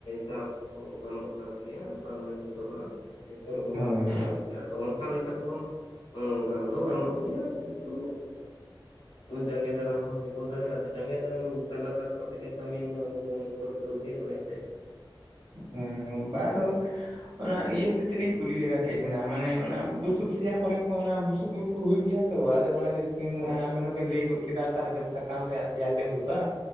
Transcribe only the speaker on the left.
ᱪᱟᱥ ᱠᱚ ᱜᱟᱱᱚᱜ ᱠᱟᱱ ᱜᱮᱭᱟ ᱵᱟᱝ ᱢᱮᱱᱛᱮ ᱫᱚ ᱵᱟᱝ ᱡᱚᱛᱚ ᱨᱚᱠᱚᱢᱼᱟᱜ
ᱜᱮᱠᱚ ᱪᱟᱥ ᱟᱫᱚ ᱚᱱᱠᱟ ᱞᱮᱠᱟ ᱛᱮᱦᱚᱸ ᱜᱟᱱ ᱫᱚ ᱜᱟᱱᱚᱜ ᱜᱮᱭᱟ ᱠᱤᱱᱛᱩ ᱡᱟᱸᱜᱮ ᱫᱟᱨᱟᱢ ᱦᱚᱸ ᱛᱤᱜᱩ ᱫᱟᱲᱮᱜᱼᱟ ᱟᱫᱚ ᱡᱟᱸᱜᱮ ᱫᱟᱨᱟᱢ ᱴᱟᱸᱰᱟ ᱛᱟᱵ ᱠᱟᱛᱮ ᱜᱮ ᱠᱟᱹᱢᱤ ᱢᱟ ᱟᱵᱚ ᱫᱚᱵᱚᱱ ᱯᱟᱹᱨᱠᱟᱹᱶ ᱜᱮ ᱦᱳᱭ ᱥᱮ
ᱦᱳᱭ